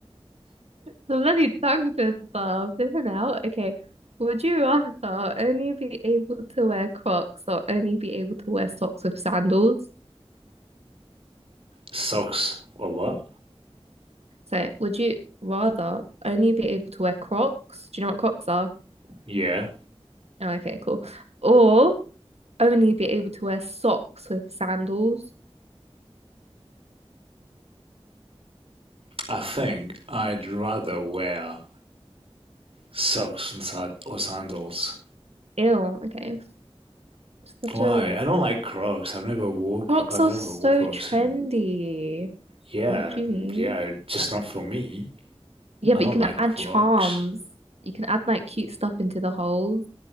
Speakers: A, on the right (about 80°); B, on the right (about 65°).
A: bloody tongue twister flipping out okay would you rather only be able to wear Crocs or only be able to wear socks with sandals
B: Socks or what?
A: so would you rather only be able to wear Crocs do you know what Crocs are
B: Yeah,
A: oh okay cool or only be able to wear socks with sandals
B: I think I'd rather wear socks and sad or sandals.
A: Ew, okay. Such
B: Why?
A: a
B: I don't like Crocs. I've never wore
A: Crocs
B: Cro- I've
A: are
B: never
A: so
B: wore Crocs,
A: trendy.
B: and yeah,
A: What do you
B: and
A: mean?
B: yeah, just not for me.
A: Yeah,
B: I
A: but
B: don't
A: you can
B: like
A: add
B: Crocs.
A: charms. You can add like cute stuff into the holes,